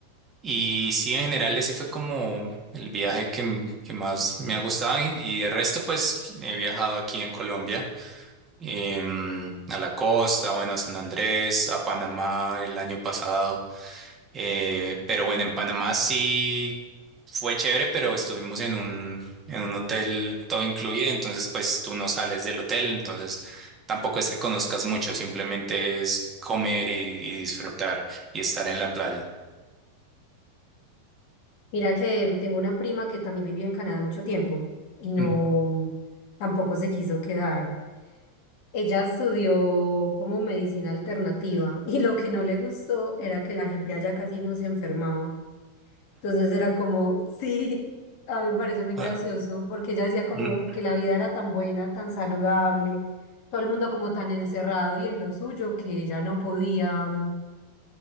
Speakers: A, on the right; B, on the left.
A: Y sí, en general ese fue como el viaje que, m- que más me ha gustado y y de resto pues he viajado aquí en Colombia, em, a la costa, bueno, a San Andrés, a Panamá el año pasado, eh, pero bueno, en Panamá sí fue chévere, pero estuvimos en un, en un hotel todo incluido, entonces pues tú no sales del hotel, entonces tampoco es que conozcas mucho, simplemente es comer y, y disfrutar y estar en la playa.
B: Mira que tengo una prima que también vivió en Canadá mucho tiempo y no,
A: Mm.
B: mm, tampoco se quiso quedar. Ella estudió como medicina alternativa <laughs> y lo que no le gustó era que la gente allá casi no se enfermaba. Entonces era como, <laughs> sí, a mí me parece muy gracioso
A: Ah,
B: porque ella decía como
A: mm,
B: que la vida era tan buena, tan saludable, todo el mundo como tan encerrado y en lo suyo que ella no podía mm,